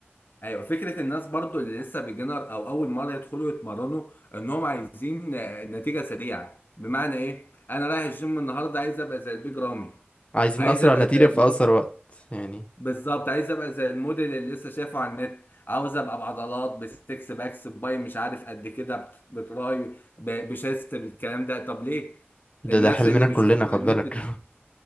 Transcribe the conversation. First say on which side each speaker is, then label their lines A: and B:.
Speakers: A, on the left; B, on the left.
A: ايوه فكره الناس برضو اللي لسه بيجنر او اول مره يدخلوا يتمرنوا انهم عايزين آه، نتيجه سريعه بمعنى ايه انا رايح الجيم النهارده عايز ابقى زي البيج رامي
B: عايزين
A: عايز
B: اسرع
A: ابقى
B: نتيجه
A: زي المود
B: في اسرع وقت يعني
A: بالظبط عايز ابقى زي الموديل اللي لسه شايفه على النت عاوز ابقى بعضلات بستكس باكس باي مش عارف قد كده بت- بتراي ب- بشيست بالكلام ده طب ليه
B: ده
A: الناس
B: ده حلمنا
A: اللي بيشوفوهم
B: كلنا خد
A: على النت
B: بالك
A: دول